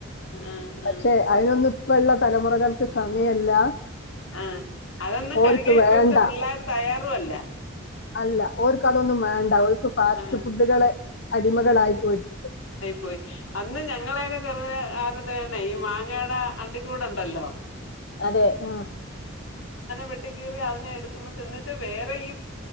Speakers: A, on the left (about 75°); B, on the left (about 55°).
A: ആ
B: പക്ഷെ
A: ആ
B: അയി നൊന്ന് ഇപ്പോള തലമുറകൾക്ക് സമയല്ല
A: ആഹ് അതൊന്നും
B: ഓർക്ക്
A: കഴിക്കാൻ ഇപ്പോഴത്തെ
B: വേണ്ട
A: പിള്ളേർ തയ്യാറുഅല്ല
B: അല്ല ഓര്ക്ക് അതൊന്നും വേണ്ട ഓര്ക്ക് ഫാസ്റ്റ്
A: ആഹ്
B: ഫുഡുകള് അടിമകളായി പോയിട്ടുണ്ട്
A: പോയി അന്ന് ഞങ്ങളെയൊക്കെ ചെറുതന്നേ കാലത്ത്ന്നെ ഈ മാങ്ങയുടെ അണ്ടിക്കൂടണ്ടല്ലോ
B: അതെ അ
A: വെട്ടിക്കീറി അതിനെ എടുത്തുന്ന് തിന്നിട്ട് ഇപ്പം കാണുന്ന വേറെ ഈ